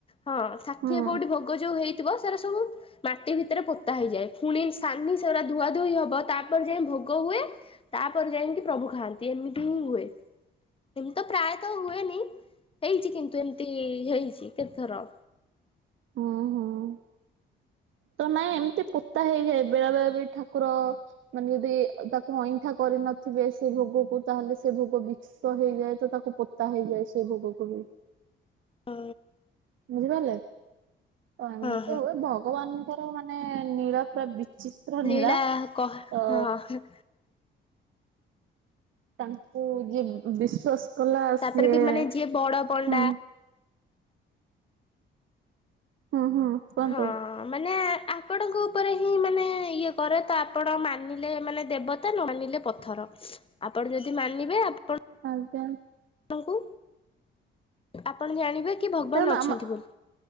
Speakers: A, on the left; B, on the right.
A: ହଁ ଷାଠିଏ
B: ହୁଁ।
A: ପୋଉଠି ଭୋଗ ଯୋଉ ହେଇ ସେରା ସବୁ ମାଟି ଭିତରେ ପୋତା ହେଇଯାଏ ପୁଣି ସାନି ସୋ ଧୁଆ ଧୋଇ ହବ, ତାପରେ ଯାଏଁ ଭୋ ଭୋଗ ହୁଏ, ତାପରେ ଯାଇ ପ୍ରଭୁ ଖାଆନ୍ତି, ଏମିତି ହିଁ ହୁଏ। ଏମିତି ତ ପ୍ରାୟତଃ ହୁଏନି। ହେଇଛି କିନ୍ତୁ ଏମିତି ହେଇଛି କେତେଥର।
B: ହଁ ହଁ। ତ ନାଇଁ ଏମିତି ପୋତା ହେଇଯାଏ, ବେଳେ ବେଳେ ବି ଠାକୁର ମାନେ ଯଦି ତାକୁ ଅଇଁଠା କରି କରି ନଥିବେ ସେ ଭୋଗକୁ ତାହେଲେ ସେ ଭୋଗ ବିିଷ ହେଇଯାଏ ତ ତାକୁ ପୋତା ହେଇଯାଏ ସେ ଭୋଗକୁ ବି।
A: ଆ
B: ବୁଝିପାରିଲେ ଏମିତି
A: ହଁ ହଁ
B: ହୁଏ ଭଗବାନଙ୍କର ମାନେ ନୀଳା ପୁରା ବିଚିତ୍ର। ଚିତ୍ରନୀଳା
A: ଲୀଳା
B: ତ
A: କହ ହଁ
B: ତାଙ୍କୁ ଯିଏ ବିଶ୍ଵାସ କଲା
A: ତାପରେ
B: ସିଏ
A: ବି ମାନେ
B: ହୁଁ।
A: ଯିଏ ବଡ ପଣ୍ଡା
B: ହୁଁ ହୁଁ କୁହନ୍ତୁ।
A: ହଁ ମାନେ ଆପଣଙ୍କ ଉପରେ ହିଁ ମାନେ ଇଏ କରେ ତ ଆପଣ ମାନିଲେ ମାନେ ଦେବତା ନ ମାନିଲେ ପଥର। ଆପଣ ଯଦି ମାନିବେ ଆପ
B: ଆଜ୍ଞା।
A: ଆପଣଙ୍କୁ ଆପଣ ଜାଣିବେ କି ଭଗବାନ
B: ଦେଖନ୍ତୁ
A: ଅଛନ୍ତି
B: ଆମ
A: ବୋଲି।